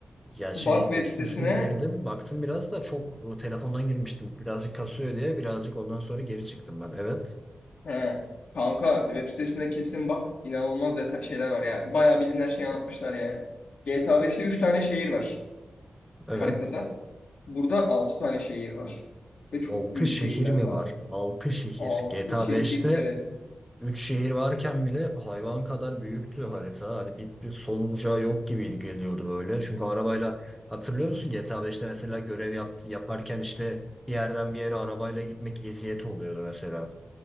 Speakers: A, in the centre; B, on the left.
A: Ya şey
B: bak
A: web
B: web
A: sitesine
B: sitesine.
A: girdim. Baktım biraz da çok o, telefondan girmiştim. Birazcık kasıyor diye birazcık ondan sonra geri çıktım ben. Evet.
B: He. Kanka web sitesine kesin bak. İnanılmaz detay şeyler var. Yani bayağı bildiğin her şeyi anlatmışlar yani. GTA 5'te 3 tane şehir var
A: Evet.
B: haritada. Burada 6 tane şehir var. Ve çok
A: 6
B: büyük
A: şehir
B: şehirler
A: mi
B: var.
A: var? 6 şehir.
B: 6
A: GTA
B: şehir
A: 5'te
B: evet.
A: Üç şehir varken bile hayvan kadar büyüktü harita. Hani bir, bir son olacağı yok gibiydi geliyordu böyle. Çünkü arabayla hatırlıyor musun GTA 5'te mesela görev yap, yaparken işte bir yerden bir yere arabayla gitmek eziyet oluyordu mesela.